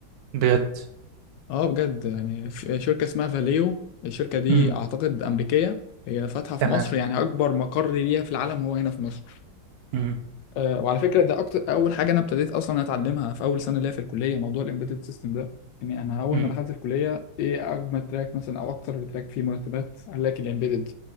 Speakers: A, on the right (about 65°); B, on the left (about 85°).
A: بجد
B: اه بجد يعني في شركه اسمها فاليو الشركه دي
A: مم.
B: اعتقد امريكيه هي فاتحه في
A: تمام
B: مصر يعني اكبر مقر ليها في العالم هو هنا في مصر
A: مم.
B: أه وعلى فكره ده اكتر اول حاجه انا ابتديت اصلا اتعلمها في اول سنه ليا في الكليه موضوع الامبيدد سيستم ده يعني انا اول
A: مم.
B: ما دخلت الكليه ايه اجمل تراك مثلا او اكتر تراك فيه مرتبات قال لك الامبيدد